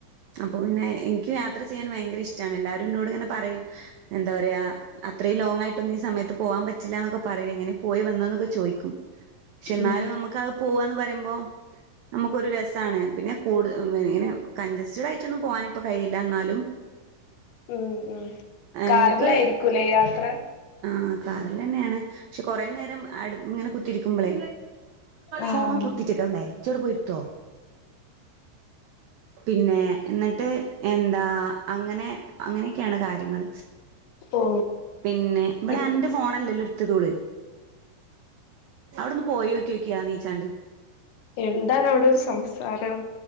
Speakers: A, on the right; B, on the left.
A: അപ്പൊ പിന്നെ ഇൻക്ക് യാത്ര ചെയ്യാൻ ഭയ്ങ്കരെ ഇഷ്ടാണ് എല്ലാരും ഇന്നോടിങ്ങനെ പറെം എന്താ പറയാ അത്രേ ലോങായ്ട്ടൊന്നീ സമയത്ത് പോവാൻ പറ്റില്ലാ ന്നൊക്കെ പറയും. എങ്ങനെ പോയി വന്നെന്നൊക്കെ ചോയ്ക്കും ഷെന്നാലും
B: ഉം
A: നമ്മുക്ക പോവാന്ന് പറയുമ്പോ നമുക്കൊരു രസാണ് പിന്നെ കൂടു, ഇങ്ങനെ കഞ്ചസ്റ്റഡായിട്ടൊന്നും പോകാനിപ്പം കയ്യില ഇന്നാലും
B: ഉം.. ഉം.. കാർലായിരിക്കൂ
A: എനിക്ക്
B: ലെ യാത്ര
A: ആ കാറിൽ തന്നെയാണ്, പക്ഷെ കൊറെനേരമിങ്ങനെ കുത്തിരിക്കുമ്പളേ
B: ആഹ്
A: ഫോൺ കുത്തിട്ടേക്കവളെ ജട് പോയ്ട്ത്തോ പിന്നെ എന്നിട്ട് എന്താ അങ്ങനെ അങ്ങനെയൊക്കെയാണ് കാര്യങ്ങൾ
B: ഓ
A: പിന്നെ ഇവിടെ
B: പി
A: എന്റെ ഫോണല്ലല്ലോ എടുത്തത് ഓള് അവിടെന്ന് പോയോക്കിക്കിയ നീച്ചാണ്ട്
B: എന്താണ് അവിടെ ഒരു സംസാരം